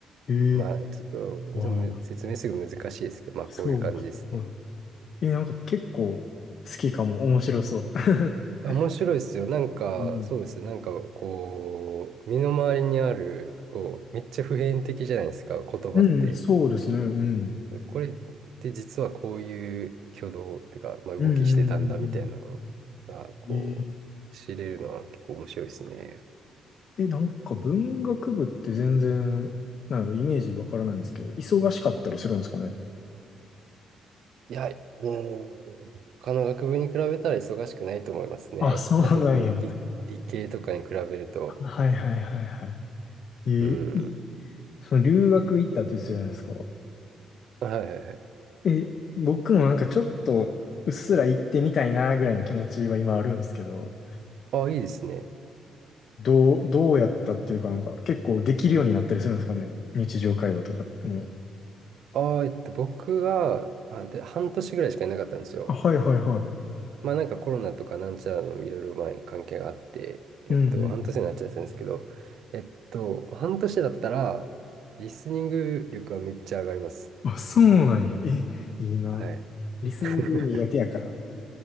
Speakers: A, on the left (about 55°); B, on the right (about 70°).
A: ええ
B: まあちょっとその説明すぐ難しいですけど、
A: あ
B: まあこういう感じですね。
A: あ、そう。うんえ、なんか結構好きかも。面白そう。<laughs>
B: 面白いですよ。なんかそうですね。
A: うん、
B: なんかこう、身の回りにある、こう、めっちゃ普遍的じゃないですか、言葉って。
A: うんそうですね。うん。
B: これって実はこういう挙動っていうか、まあ、動きしてたんだみたいなのが、
A: うんうんうん
B: こう、
A: うん。ええ
B: 知れるのは結構面白いですね。
A: え、なんか文学部って全然、なんかイメージわからないんですけど、忙しかったりするんですかね。
B: いや、うーん、他の学部に比べたら忙しくないと思いますね。
A: <laughs> あ、そうなんや。
B: まあ、特に理、理系とかに比べると。
A: はいはいはいはい。ええい
B: うん。
A: その留学行ったって言ってたじゃないですか。
B: はいはいはい。
A: え、僕もなんかちょっとうっすら行ってみたいなぐらいの気持ちは今あるんですけど、
B: ああ、いいですね。
A: どう、どうやったっていうかなんか結構できるようになったりするんですかね。日常会話とかも。
B: ああ、えっと、僕は、あ、で、半年ぐらいしかいなかったんですよ。
A: あ、はいはいは
B: まあなんかコロナとかなんちゃらのいろいろ前関係があって、えっと、
A: い。うんうんうん。
B: 半年になっちゃったんですけど、えっと、半年だったら、リスニング力はめっちゃ上がります。
A: あ、そうなんや。え、いいな。
B: はい。
A: リスニング苦手やから。
B: <laughs>